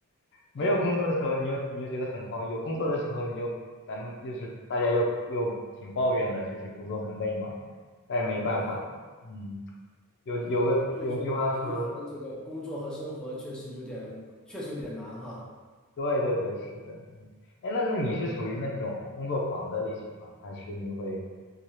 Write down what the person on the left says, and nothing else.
没有工作的时候，
你又你又觉得很慌；有工作的时候，你又咱们又是大家又又挺抱怨的，就是工作很累嘛。但是没办法，
嗯，有有个有句话说，
对对对，是的，嗯，哎，那那你是属于那种工作狂的类型吗？还是你会，